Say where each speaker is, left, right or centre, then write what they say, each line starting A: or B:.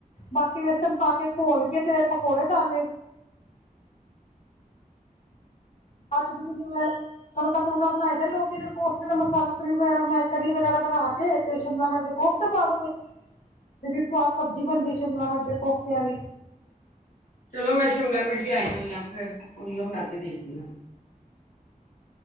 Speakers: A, on the left (about 55°); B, on the left (about 75°).
A: ਬਾਕੀ ਵੇਸਣ ਪਾ ਕੇ ਘੋਲ ਕੇ ਤੇ ਪਕੌੜੇ ਤਲ ਲਏ- ਅੱਜ ਤੁਸੀਂ ਕੀ ਬਣਾਇਆ? ਤੜਕਾ ਤੜਕਾ ਬਣਾਏ ਦਾ ਲੋਕ ਇਹਦੇ ਕੋਲ ਉਸ ਦਾ ਮਸਾਲਾ ਤਰੀ ਵਗੈਰਾ ਬਣਾਏ ਤਰੀ ਵਗੈਰਾ ਬਣਾ ਕੇ ਤੇ ਸ਼ਿਮਲਾ ਮਿਰਚ ਦੇ ਕੋਲ ਦੋ ਵਿੱਚ ਜੜੀ ਸਵਾਦ ਸਬਜ਼ੀ ਬਣਦੀ ਸ਼ਿਮਲਾਂ ਮਰ ਕੋਫਤਿਆਂ ਦੀ
B: ਚਲੋ ਮੈਂ ਸ਼ਿਮਲਾ ਮਿਰਚ ਲੈਕੇ ਆਉਣੀ ਆ ਫਿਰ ਉਹੀਓ ਬਣਾ ਕੇ ਦੇਖਣੀ ਹਾਂ,